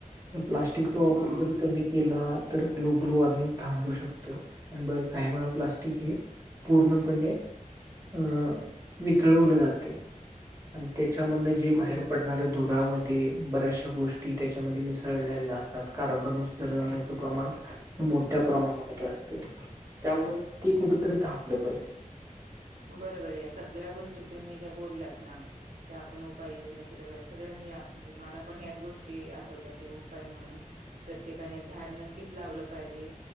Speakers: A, on the right; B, on the right.
A: तर प्लास्टिकचा
B: हम्म
A: वापर जर कमी केला, तर ग्लोबल वॉर्मिंग थांबू शकतं आणि काही वेळा प्लास्टिक हे पूर्णपणे अं वितळवलं जातंय. आणि त्याच्यामधनं
B: हम्म
A: जे बाहेर पडणाऱ्या धुरामध्ये, बऱ्याचशा गोष्टी त्याच्यामध्ये मिसळलेल्या असत तात, कार्बन उत्सर्जण्याचं प्रमाण हे मोठ्या प्रमाणामध्ये असते, त्यामुळे ते कुठेतरी थांबलं पाहिजे.
B: बरोबर आहे. या सगळ्या गोष्टी तुम्ही ज्या बोललात ना त्या आपण उपाययोजना केल्या पाहिजे. सगळ्या मी या म्हणजे मला पण ह्याच गोष्टी आठवल्या की, उपाय म्हणून प्रत्येकाने झाड, नक्कीच लावलं पाहिजे.